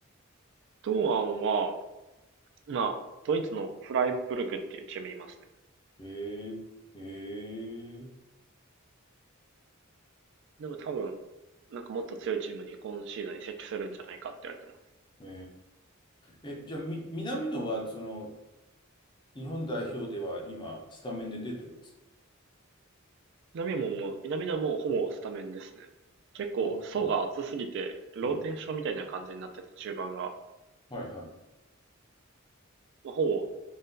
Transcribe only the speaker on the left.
へえ、へえ、
へえ。え、じゃあ、み、南野は、その、日本代表では今、スタメンで出てるんですか
あ、うん、
うん。
はいはい。